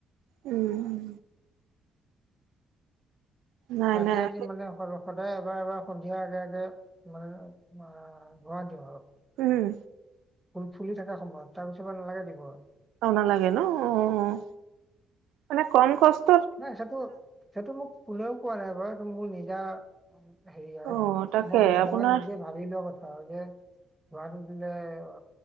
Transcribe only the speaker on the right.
উম। নাই
নাই।
হম।
চাও নালাগে ন? অ', অ'। মানে কম কষ্ট।
অ' তাকে আপোনাৰ